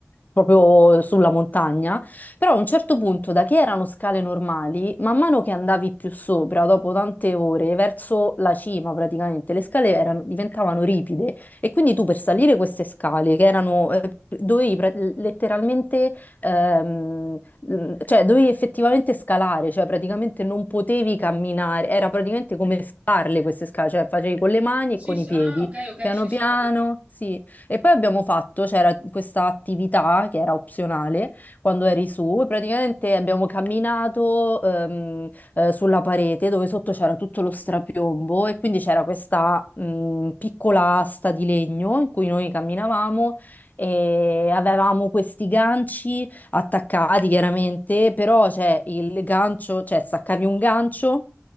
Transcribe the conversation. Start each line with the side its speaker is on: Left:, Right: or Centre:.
Left: proprio sulla montagna, però a un certo punto, da che erano scale normali, man mano che andavi più sopra, dopo tante ore, verso la cima praticamente, le scale erano- diventavano ripide e quindi tu per salire queste scale, che erano, eh, dovevi pre- letteralmente... ehm, mm, cioè dovevi effettivamente scalare, cioè praticamente non potevi camminare, era praticamente come scalarle queste scale, cioè facevi con le mani
Right: Sì,
Left: e con
Right: sì,
Left: i piedi,
Right: ah, ok, ok,
Left: piano
Right: sì,
Left: piano,
Right: sì, ho capito.
Left: sì. E poi abbiamo fatto, c'era questa attività che era opzionale quando eri su, e praticamente abbiamo camminato ehm, eh, sulla parete dove sotto c'era tutto lo strapiombo e quindi c'era questa mm, piccola asta di legno in cui noi camminavamo e avevamo questi ganci attaccati chiaramente, però cioè, il gancio, cioè staccavi un gancio,